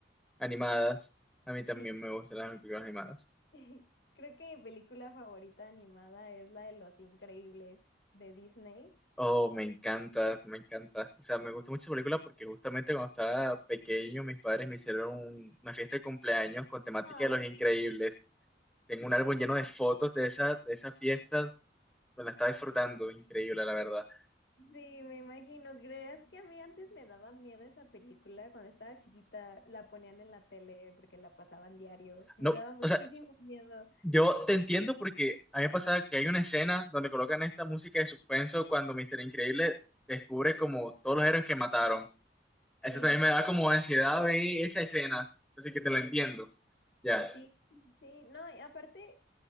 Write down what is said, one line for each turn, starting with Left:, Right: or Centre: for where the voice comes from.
Centre: Animadas.
Left: Y
Centre: A mí
Left: sí,
Centre: también me gustan las películas animadas.
Left: <laughs> creo que mi película favorita animada es la de Los Increíbles de Disney.
Centre: Oh, me encanta, me encanta. O sea, me gusta mucho esa película porque justamente cuando estaba pequeño mis padres me hicieron un- una fiesta de cumpleaños con temática
Left: Ah,
Centre: de Los Increíbles. Tengo un álbum lleno de fotos de esa, de esa fiesta. Me la estaba disfrutando, increíble, la verdad.
Left: sí, me imagino. ¿Creerás que a mí antes me daba miedo esa película? Cuando estaba chiquita la ponían en la tele porque la pasaban diario. Me
Centre: No,
Left: daba muchísimo
Centre: o sea,
Left: miedo.
Centre: yo te entiendo porque a mí me pasaba que hay una escena donde colocan esta música de suspenso cuando Mister Increíble descubre como todos los héroes que mataron. Eso
Left: Sí.
Centre: también me da como ansiedad ver esa escena, así que te lo entiendo. Ya,
Left: Sí, sí, no, y aparte,